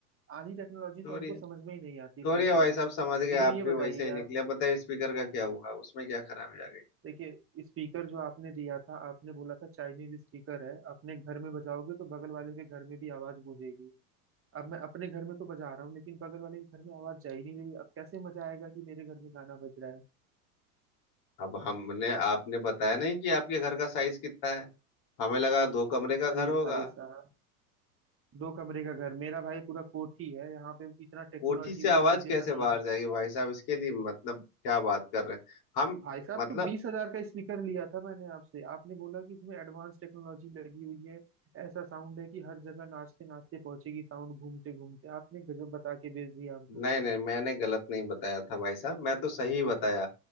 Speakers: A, on the right; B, on the left.
A: आधी टेक्नोलॉजी
B: छोड़िए
A: तो हमको समझ में ही नहीं आती
B: छोड़िए
A: भाई
B: भाई
A: साहब
B: साहब समझ गए
A: लेकिन
B: आप
A: ये
B: भी
A: बताइए
B: वैसे ही
A: यार
B: निकले बताइए स्पीकर का क्या हुआ उसमें क्या खराबी आ गई
A: देखिए स्पीकर जो आपने दिया था आपने बोला था चाइनीज स्पीकर है अपने घर में बजाओगे तो बगल वाले के घर में भी आवाज गूंजेगी अब मैं अपने घर में तो बजा रहा हूँ लेकिन बगल वाले के घर में आवाज जा ही नहीं रही अब कैसे मजा आएगा कि मेरे घर में गाना बज रहा है
B: अब हमने आपने बताया नहीं कि आपके घर का साइज कितना है हमें लगा दो कमरे का
A: अरे
B: घर होगा
A: भाई साहब दो कमरे का घर मेरा भाई पूरा कोठी है यहाँ पे इतना टेक्नोलॉजी
B: कोठी से
A: वाली
B: आवाज
A: चीजें
B: कैसे
A: भरी
B: बाहर
A: है
B: जाएगी भाई साहब इसके लिए मतलब क्या बात कर रहे हैं हम
A: भाई साहब
B: मतलब
A: तो बीस हजार का स्पीकर लिया था मैंने आपसे आपने बोला कि इसमें एडवांस टेक्नोलॉजी लगी हुई है ऐसा साउंड है कि हर जगह नाचते नाचते पहुंचेगी साउंड घूमते घूमते आपने गजब बता के भेज दिया हमको
B: नहीं नहीं मैंने गलत नहीं बताया था भाई साहब मैं तो सही बताया